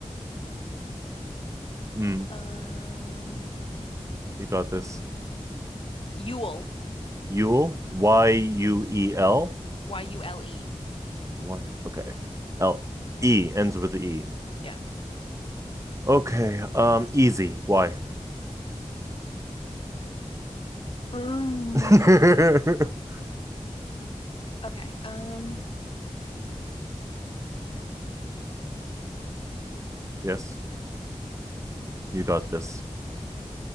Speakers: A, on the right (about 25°); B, on the left (about 50°).
A: Mm,
B: Um,
A: you got this.
B: Yule.
A: Yule. Y U E L.
B: Y-U-L-E.
A: Y. Okay. L. E ends with the E.
B: Yeah.
A: Okay. Um, easy. Y.
B: Mm.
A: <laughs>
B: Okay. Um,
A: yes, you got this.